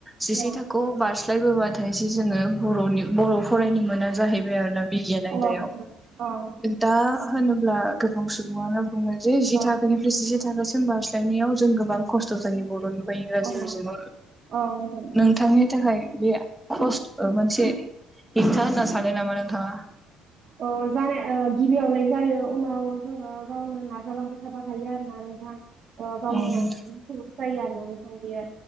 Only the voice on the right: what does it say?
अ
अ नोंथां
अ
अ
नोंथां
अ जानाय अ गिबियावलाय जायो उनाव जोङो गावनो नाजालांबाय थाबा हायो आरो ना नोंथां अ गावनि
नाजानायनि सो जायो आरोना नोंथां बेयो